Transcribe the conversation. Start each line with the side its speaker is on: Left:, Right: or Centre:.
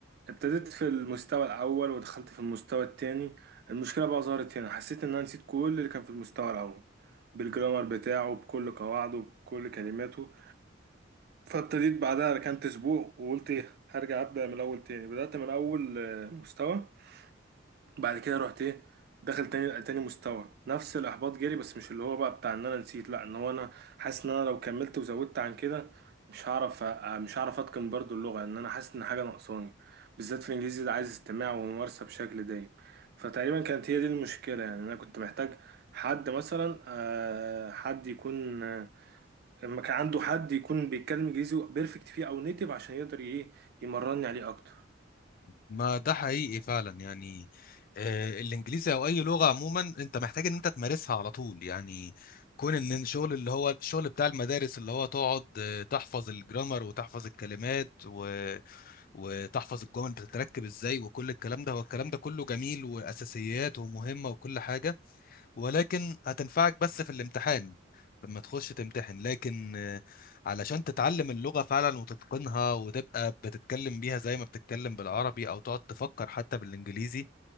Right: ابتديت في المستوى الأول ودخلت في المستوى التاني المشكلة بقى ظهرت هنا حسيت إن أنا نسيت كل اللي كان في المستوى الأول بالجرامر بتاعه بكل قواعده بكل كلماته فابتديت بعدها ركنت أسبوع وقلت إيه، هرجع أبدأ من الأول تاني بدأت من أول آه، مستوى بعد كده رحت ايه داخل تاني تاني مستوى نفس الاحباط جالي بس مش اللي هو بقى بتاع ان انا نسيت لا ان هو انا حاسس ان انا لو كملت وزودت عن كده مش هعرف أ- مش هعرف اتقن برضو اللغه ان انا حاسس ان حاجه ناقصاني بالذات في الانجليزي ده عايز استماع وممارسه بشكل دايم فتقريبا كانت هي دي المشكله يعني انا كنت محتاج حد مثلا آه، حد يكون آه، لما كان عنده حد يكون بيتكلم انجليزي بيرفكت فيه او نيتيف عشان يقدر ايه يمرني عليه اكتر
Left: ما ده حقيقي فعلا يعني آه، الانجليزي او اي لغه عموما انت محتاج ان انت تمارسها على طول يعني كون ان الشغل اللي هو الشغل بتاع المدارس اللي هو تقعد آه، تحفظ الجرامر وتحفظ الكلمات و... وتحفظ الجمل بتتركب ازاي وكل الكلام ده هو الكلام ده كله جميل واساسيات ومهمه وكل حاجه ولكن هتنفعك بس في الامتحان لما تخش تمتحن لكن آه، علشان تتعلم اللغة فعلا وتتقنها وتبقى بتتكلم بيها زي ما بتتكلم بالعربي أو تقعد تفكر حتى بالإنجليزي